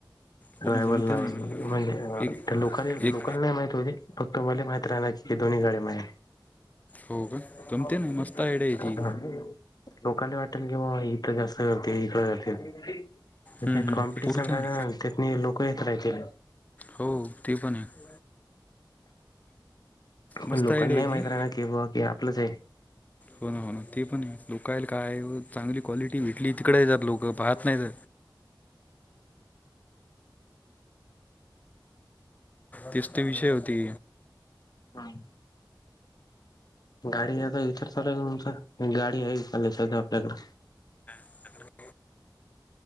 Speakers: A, on the left; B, on the left.
A: हो
B: रायवल
A: ना जमते
B: ला
A: नाही
B: म्हणजे
A: एक
B: लोक लोकल
A: एक
B: नाही माहती होते फग तुमला माहित राहा ना की हे दोन्ही गा्या मा आहे <inaudible>
A: हो का जमते ना मस्त आयडिया आहे ती
B: लोकांनी वाटल की बाबा इथं जास्त करते इकडे करते त्याच्यात
A: हम्म, हम्म.
B: कॉम्पिटिशन
A: पुरते
B: राहि
A: ना
B: त्यात लोक येत राहतील
A: हो ते पण आहे
B: पण
A: मस्त
B: लोकांना
A: आयडिया
B: नाही माहित
A: ती
B: रा आहे ना की बा की आपलंच आहे
A: हो ना हो ना ते पण लोक काय चांगली क्वालिटी भेटली तिकडे जात लोकं बाार नाहीज तिच त विषय होती
B: हम् गाडीता विचार लाय का तमचा गाडी आहे विचार आपल्याकडे
A: ह